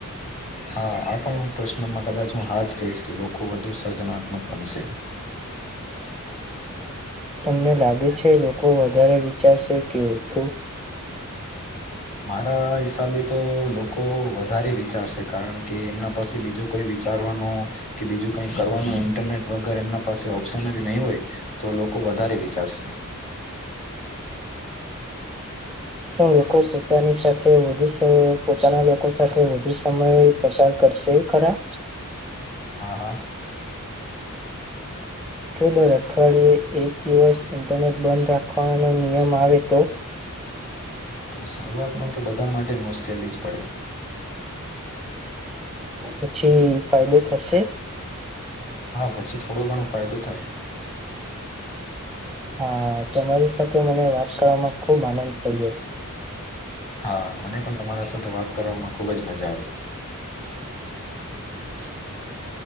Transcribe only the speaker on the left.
હા આ પણ હું પ્રશ્નમાં કદાચ હું હા જ કહીશ કે લોકો વધુ સર્જનાત્મક બનશે
મારા હિસાબે તો લોકો વધારે વિચારશે કારણ કે એમના પાસે બીજો કોઈ વિચારવાનો કે બીજું કઈ કરવાનું ઇન્ટરનેટ વગર એમના પાસે ઓપ્શન જ નહીં હોય તો લોકો વધારે વિચારશે
હા હા
તો શરૂઆતમાં તો બધા માટે મુશ્કેલી જ પડે
હા પછી થોડો ઘણો ફાયદો થાય
હા મને પણ તમારા સાથે વાત કરવામાં ખુબ જ મજા આવી